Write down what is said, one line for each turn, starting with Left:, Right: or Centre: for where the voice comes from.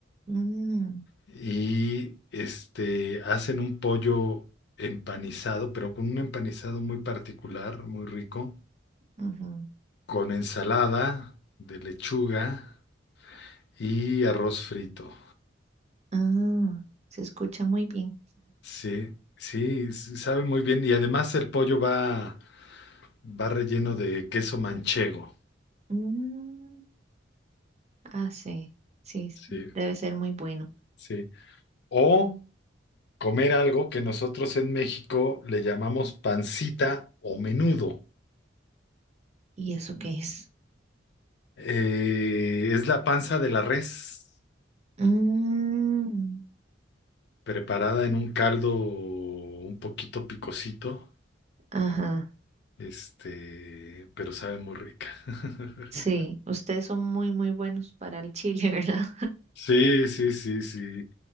Right: Mm,
Left: y este, hacen un pollo empanizado, pero con un empanizado muy particular, muy rico.
Right: ujú.
Left: con ensalada de lechuga y arroz frito.
Right: Ah, se escucha muy bien.
Left: Sí, sí, s- sabe muy bien. Y además el pollo va, va relleno de queso manchego.
Right: Mm, ah, sí, sí, s-
Left: Sí,
Right: debe ser muy bueno.
Left: sí. O comer algo que nosotros en México le llamamos pancita o menudo.
Right: ¿Y eso qué es?
Left: Eh, es la panza de la res
Right: Mm,
Left: preparada en un caldo un poquito picosito,
Right: ajá,
Left: este, pero sabe muy rica. <laughs>
Right: sí, ustedes son muy, muy buenos para el chile, <laughs> ¿verdad?
Left: Sí, sí, sí, sí.